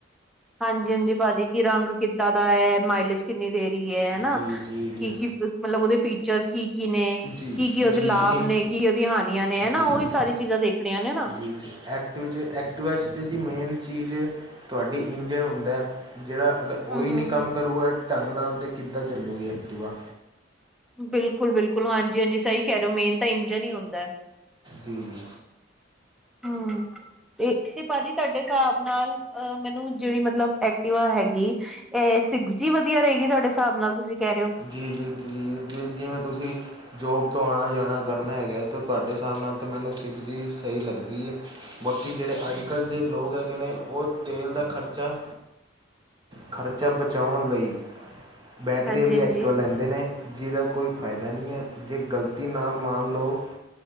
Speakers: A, in the centre; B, on the right (about 25°).
A: ਹਾਂਜੀ ਹਾਂਜੀ ਭਾਜੀ ਕਿ ਰੰਗ ਕਿੱਦਾਂ ਦਾ ਹੈ ਮਾਈਲੇਜ ਕਿੰਨੀ ਦੇਰੀ ਹੈ ਹਨਾ
B: ਜੀ
A: ਕੀ
B: ਜੀ ਜੀ
A: ਕੀ ਮਤਲਬ ਉਹਦੇ ਫੀਚਰਸ ਕੀ ਕੀ ਨੇ
B: ਜੀ
A: ਕੀ ਕੀ ਉਹਦੇ
B: ਜੀ
A: ਲਾਭ
B: ਜੀ ਇਨ
A: ਨੇ ਕੀ ਉਹਦੀਆਂ ਹਾਨੀਆਂ ਨੇ ਹਨ ਨਾ
B: ਜੀ
A: ਉਹਹੀ
B: ਜੀ
A: ਸਾਰੀ ਚੀਜ਼ਾਂ ਦੇਖਣੀਆਂ ਨੇ ਨਾ
B: ਜੀ ਜੀ ਐਕਟਿਵ 'ਚ ਐਕਟਿਵਾ 'ਚ ਤਾਂ ਜੀ ਮੇਨ ਚੀਜ਼ ਤੁਹਾਡੀ ਇੰਜਣ ਹੁੰਦਾ ਜਿਹੜਾ ਅਗਰ
A: ਹਮ
B: ਉਈ ਨਹੀਂ
A: ਹਮ
B: ਕੰਮ ਕਰੂਗਾ ਢੰਗ ਨਾਲ ਤਾਂ ਕਿੱਦਾਂ ਚੱਲੂਗੀ ਐਕਟੀਿਵਾ
A: ਬਿਲਕੁਲ ਬਿਲਕੁਲ ਹਾਂਜੀ ਹਾਂਜੀ ਸਹੀ ਕਹਿ ਰਹੇ ਹੋ ਮੇਨ ਤਾਂ ਇੰਜਨ ਹੀ ਹੁੰਦਾ ਹੈ
B: ਜੀ ਜੀ
A: ਹੂੰ ਤੇ ਭਾਜੀ ਤੁਹਾਡੇ ਹਿਸਾਬ ਨਾਲ ਅਆ ਮੈਨੂੰ ਜਿਹੜੀ ਮਤਲਬ ਐਕਟਵਾ ਹੈਗੀ ਅ ਸਿਕਸ ਜੀ ਵਧੀਆ ਰਹੇਗੀ ਤੁਹਾਡੇ ਹਿਸਾਬ ਨਾਲ ਤੁਸੀਂ ਕਹਿ ਰਹੇ ਹੋ
B: ਜੀ ਜੀ ਜੀ ਜ ਜਿਵੇਂ ਤੁਸੀਂ ਜੋਬ ਤੋਂ ਆਉਣਾ ਜਾਣਾ ਕਰਨਾ ਹੈਗਾ ਤੇ ਤੁਹਾਡੇ ਹਿਸਾਬ ਨਾਲ ਤਾਂ ਮੈਨੂੰ ਸਿੱਖ ਜੀ ਸਹੀ ਲੱਗਦੀ ਏ ਬਾਕੀ ਜਹੜੇ ਅੱਜ ਕੱਲ੍ਹ ਦੇ ਲੋਕ ਲੋਕ ਹੈਗੇ ਨੇ ਉਹ ਤੇਲ ਦਾ ਖਰਚਾ ਖ਼ਰਚਾ ਬਚਾਉਣ ਲਈ ਬੈਟਰੀ
A: ਹਾਂਜੀ-ਹਾਂਜੀ,
B: ਅ ਐਕਟੀਵਾ ਲੈਨ ਦੇ ਨੇ ਜਿਹਦਾ ਕੋਈ ਫਾਇਦਾ ਨਹੀਂ ਏ ਜੇ ਗਲਤੀ ਨਾਲ ਮਾਣ ਲਓ